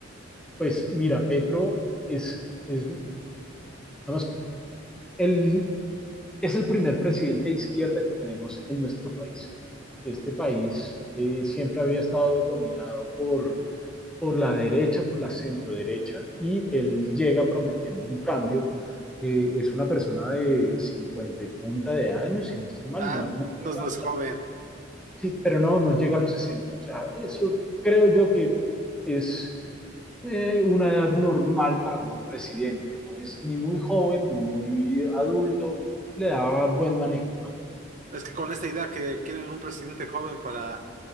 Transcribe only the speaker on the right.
Ah,
entonces no
es joven.
Es que con esta idea que quieren un presidente joven para